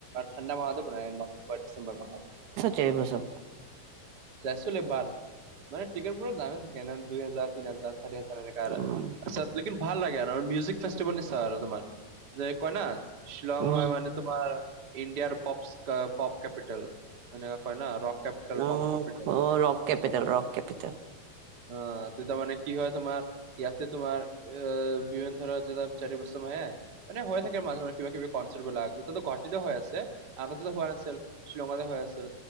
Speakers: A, on the right; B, on the right.
A: ঠাণ্ডা মাহতে মনাই, নৱেম্বৰ ডিচেম্বৰ মাহত।
B: চেৰিব্লচম
A: যাই চলে একবাৰ। মানে টিকেটবোৰ দামেই থাকে না, দুই হাজাৰ, তিন হাজাৰ, চাৰি হাজাৰ এনেকা আৰু
B: উম,
A: তাৰছত লেকিন ভাল লাগে আ মিউজিক ফেষ্টিভেল নি চাই আৰু তোমাৰ, যে কয় না শ্বিলং
B: উম,
A: হয় মানে তোমাৰ ইণ্ডিয়াৰ পপছ আ, পপ কেপিটেল এনেকে কয় না ৰক কেপিটেল
B: উ,
A: পপ capital
B: rock capital, rock capital.
A: অ' তেতিয়া মানে কি হয় তোমাৰ, ইয়াতে তোমাৰ এ বিভেন ধৰা যেতাপ চাৰি বৈশম হে মানে হৈ থাকে মাজে মাজে কিবা কিবি কনচাৰ্টবিলাক এতাটো ঘটিতে হৈ আছে আগতেটো নাছ- ছিল শ্ৰীলংকাতে হৈ আছিল,